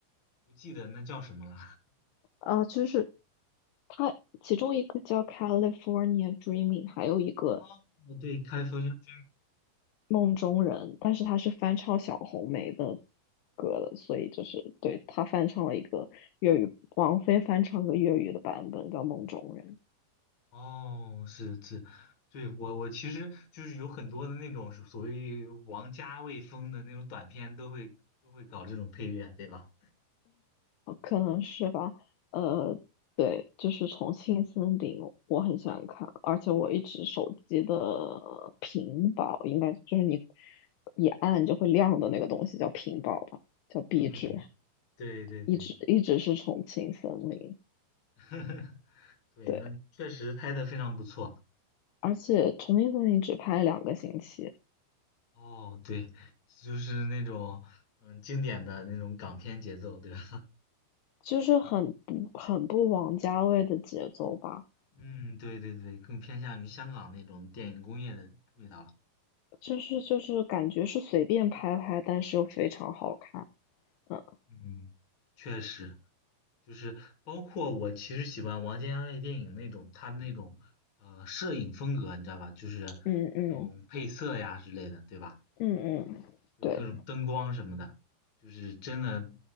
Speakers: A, on the left; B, on the left.
A: 不记得那叫什么了。
B: 啊，就是它其中一个叫《California Dreaming》，还有一个
A: 哦，对开 a l i f
B: 《梦中人》，但是他是翻唱小红梅的歌的，所以就是对他翻唱了一个粤语，王菲翻唱个粤语的版本叫《梦中人》。
A: 哦，是是，对我我其实就是有很多的那种所谓王家卫风的那种短片，都会都会搞这种配乐，对吧？
B: 哦可能是吧，呃，
A: 嗯
B: 对，就是《重庆森林》，我很喜欢看，而且我一直手机的屏保，应该就是你一按就会亮的那个东西叫屏保吧，叫壁纸，
A: 嗯，对对对。
B: 一直一直是《重庆森林》，
A: <laughs> 对，
B: 对，
A: 那确实拍的非常不错。
B: 而且《重庆森林》只拍了两个星期，
A: 哦，对，就是那种嗯经典的那种港片节奏，对吧？
B: 就是很不很不王家卫的节奏吧，
A: <laughs> 嗯，对对对，更偏向于香港那种电影工业的味道了。
B: 就是就是感觉是随便拍拍，但是又非常好看，嗯
A: 嗯，确实，就是包括我其实喜欢王家卫电影那种他那种呃摄影风格，你知道吧？就是那种配色呀之类的，
B: 嗯嗯。
A: 对吧？
B: 嗯嗯，
A: 对，
B: 对，
A: 各种灯光什么的，就是真的